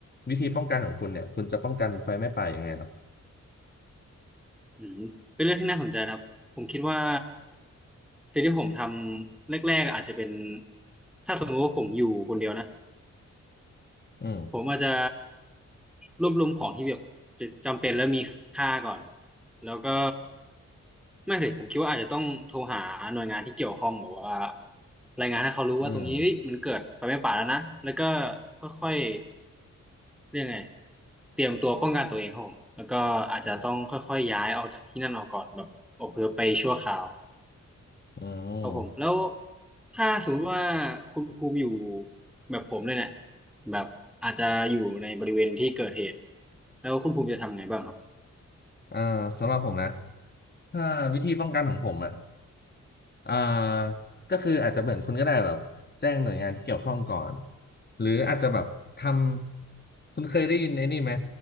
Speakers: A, on the left; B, in the centre.
A: วิธีป้องกันของคุณเนี่ยคุณจะป้องกันไฟไหม้ป่ายังไงเหรอ
B: อืมเป็นเรื่องที่น่าสนใจนะครับผมคิดว่าสิ่งที่ผมทำแรกๆอาจจะเป็นถ้าสมมติว่าผมอยู่คนเดียวนะ
A: อืม
B: ผมอาจจะรวบรวมของที่แบบจำเป็นและมีค่าก่อนแล้วก็ไม่สิผมคิดว่าอาจจะต้องโทรหาหน่วยงานที่เกี่ยวข้องแบบว่ารายงานให้เขารู้ว่าตรงนี้เฮ้ยมันเกิดไฟไหม้ป่าแล้วนะแล้วก็
A: อืม
B: ค่อยๆ เรียกไงเตรียมตัวป้องกันตัวเองครับผมแล้วก็อาจจะต้องค่อยๆย้ายออกจากที่นั่นออกก่อนแบบอพยพไปชั่วคราว
A: อืม
B: ครับผมแล้วถ้าสมมติว่าคุณภูมิอยู่แบบผมเลยเนี่ยแบบอาจจะอยู่ในบริเวณที่เกิดเหตุแล้วคุณภูมิจะทำไงบ้างครับ
A: อ่าสำหรับผมนะถ้าวิธีป้องกันของผมอ่ะ อ่าก็คืออาจจะเหมือนคุณก็ได้แบบแจ้งหน่วยงานที่เกี่ยวข้องก่อนหรืออาจจะแบบทำคุณเคยได้ยินไอ้นี่ไหม